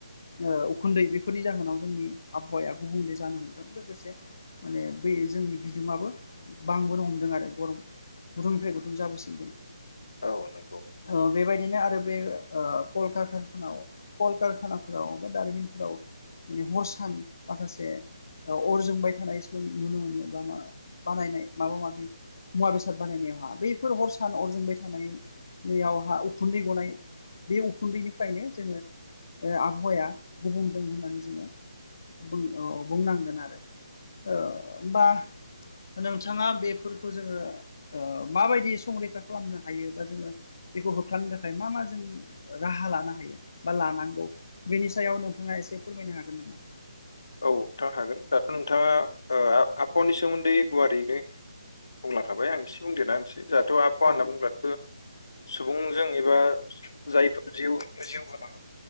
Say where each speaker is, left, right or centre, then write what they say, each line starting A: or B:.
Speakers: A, on the left (about 55°); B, on the left (about 70°).
A: ओ उखुन्दै बेफोरनि जाहोनाव जोंनि आबहावाया गुबुंले जानो हमदों लोगोसे माने बि जोंनि बिदुंआो बांबोनो हमदों आरो गरम गुदुंनिफ्राय गुदुं जाबोसिनदों
B: औ नंगौ
A: ओ बेबायदिनो आरो बे ओ कल कालख- कलकारखानाफोराव बा दारिमिनफोराव माने हर सान माखासे अर जोंबाय थानायखौ नुनो मोनो बा मा बानायनाय माबा माबि मुवा बेसाद बानायनायावहा बैफोर हर सान अरजोंबाय थानाय बेयावहा उखुन्दै गनाय बे उखुन्दैनिफ्रायनो जोङो ओ आबहावाया गुबुंदों होननानै जोङो बुंन-बुंनांगोन आरो ओ ओमबा नोंथाङा बेफोरखौ जोङो माबायदि ओ संरैखा खालामनो हायो बा जोङो बेखौ होबथानो थाखाय मा मा जों राहा लानो हायो बा लानांगौ बेनि सायाव नोंथाङा एसे फोरमायनो हागोन नामा
B: औ नोंथां हागोन दाथ' नोंथाङा ओ आबहावानि सोमोन्दै गुवारैयैनो बुंलांखाबाय आं एसे बुंदेरना होनसै जोंहाथ' आबहावा होनना
A: औ
B: बुंब्लाथ' सुबुंजों एबा जायफोर जिउ जिउ गोनां